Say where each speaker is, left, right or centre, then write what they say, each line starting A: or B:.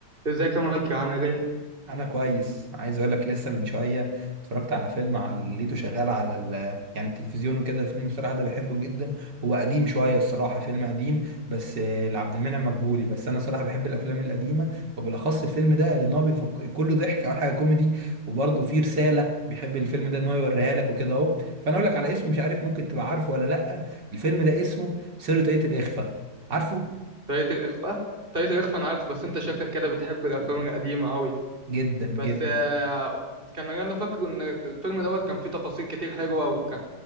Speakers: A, on the right (about 30°); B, on the right (about 75°).
A: ازيك يا مايكل عامله ايه
B: انا كويس عايز اقول لك لسه من شويه اتفرجت على فيلم على لقيته شغال على ال... يعني التلفزيون وكده الفيلم بصراحه ده بحبه جدا هو قديم شويه الصراحه فيلم قديم بس آه، لعبد المنعم مدبولي بس انا صراحه بحب الافلام القديمه وبالاخص الفيلم ده لان هو بيفك... كله ضحك اول حاجه كوميدي وبرضه فيه رساله بيحب الفيلم ده ان هو يوريها لك وكده اهو فانا اقول لك على اسم مش عارف ممكن تبقى عارفه ولا لا الفيلم ده اسمه سر طاقية الاخفاء عارفه
A: طريقه الاخفاء طريقه الاخفاء انا عارف بس انت شكلك كده بتحب الافلام القديمه قوي
B: جدا
A: بس
B: جدا
A: آه، كان انا فاكر ان الفيلم دوت كان فيه تفاصيل كتير حلوه وكان